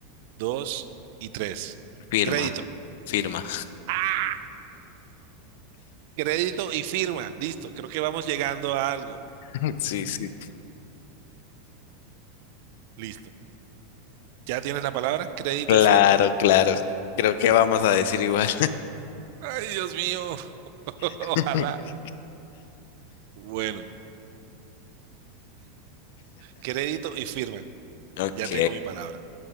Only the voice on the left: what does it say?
Firma.
Firma.
<laughs> Sí, sí.
Claro,
claro. Creo que vamos a decir igual.
<laughs>
Ok,